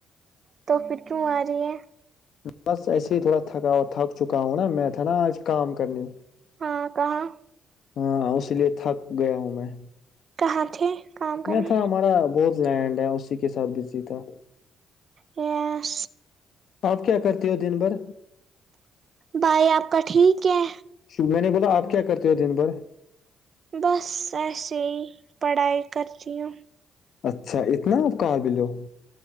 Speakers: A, on the right (about 50°); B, on the left (about 65°).
A: تو پھر کیوں آ رہی ہے
B: بس ایسے ہی تھوڑا تھکا تھک چکا ہوں نا میں تھا نا آج کام کرنے
A: ہاں کہاں
B: ہاں اس لیے تھک گیا ہوں میں
A: کہاں تھے کام کرنے
B: میں تھا ہمارا بہت لینڈ ہے اسی کے ساتھ بزی تھا
A: ہوں
B: آپ کیا کرتے ہو دن بھر
A: بھائی آپ کا ٹھیک ہے
B: میں نے بولا آپ کیا کرتے ہو دن بھر
A: بس ایسے ہی پڑھائی کرتی ہوں
B: اچھا اتنا آپ کاار بل ہو